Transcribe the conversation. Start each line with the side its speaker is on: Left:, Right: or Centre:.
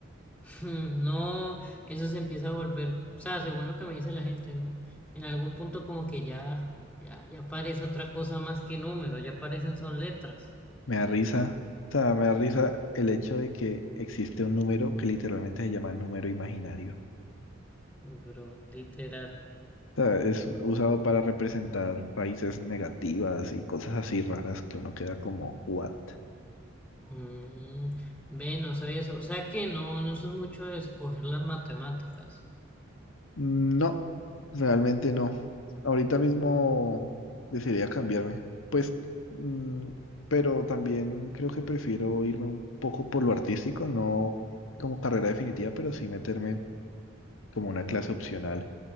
Centre: Mm, No, eso se empieza a volver, o sea, según lo que me dice la gente, ¿no? En algún punto como que ya, ya, ya parece otra cosa más que número, ya parecen son letras,
Left: Me da risa, o sea, me da risa el hecho de que existe un número que literalmente se llama número imaginario.
Centre: pero literal.
Left: O sea, es usado para representar raíces negativas y cosas así raras que uno queda como, ¿what?
Centre: Mm, ve, no sabía eso, o sea que no, no soy mucho de escoger las matemáticas.
Left: Mm, No, realmente no. Ahorita mismo decidiría cambiarme. Pues, mm, pero también creo que prefiero irme un poco por lo artístico, no como carrera definitiva, pero sí meterme como una clase opcional.